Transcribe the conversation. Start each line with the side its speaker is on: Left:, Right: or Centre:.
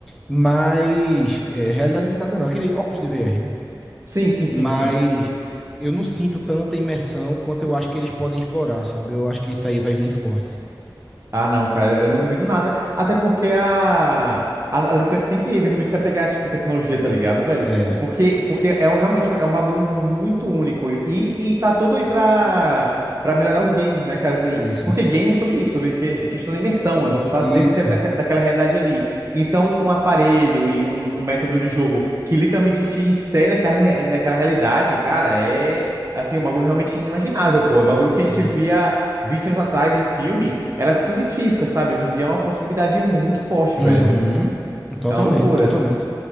Centre: mas, é, realidade aumentada não, aquele óculos de VR,
Right: Sim, sim, sim,
Centre: mas
Right: sim.
Centre: eu não sinto tanta imersão quanto eu acho que eles podem explorar, sabe? Eu acho que isso aí vai vir forte.
Right: Ah, não, cara, eu não duvido nada. Até porque a... as, as empresas têm que eventualmente se apegar a esse tipo de tecnologia, tá ligado, velho?
Centre: É,
Right: Porque, porque é um- realmente um- é um bagulho muito único. E, e tá todo aí pra, pra melhorar os games, né, cara? Isso aí.
Centre: isso,
Right: Porque game é sobre isso, sobre que- questão da imersão, né? Você tá
Centre: isso,
Right: dentro daquela, daque- daquela realidade ali. Então, um aparelho e um, um método de jogo que literalmente te insere naquela, re- naquela realidade, cara, é. Assim, um bagulho realmente inimaginável, pô. É um bagulho
Centre: não concordo.
Right: que a gente via. 20 anos atrás em filme, era ficção científica, sabe? Hoje em dia é uma possibilidade muito forte,
Centre: Uhum.
Right: velho.
Centre: Totalmente,
Right: É uma loucura.
Centre: totalmente.